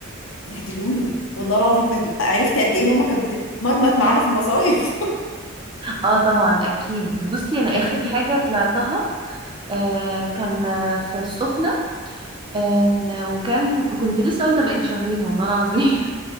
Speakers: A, on the left; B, on the right.
A: بهدلوني والله العظيم بهدلوني عرفت قد ايه ماما كانت بتتمرمط معانا في المصايف
B: اه طبعا اكيد بصي انا
A: <laughs> بهدلوني
B: اخر حاجه طلعتها آه كان آه، في السخنه آه وكان كنت لسه والده بقالي شهرين والله العظيم